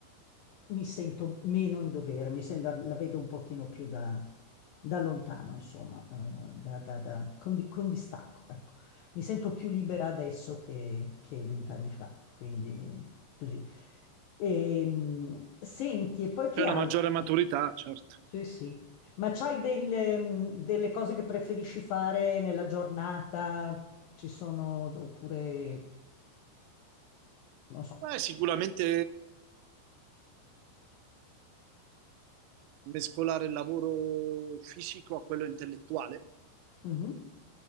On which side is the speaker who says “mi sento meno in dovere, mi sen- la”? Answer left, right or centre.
Left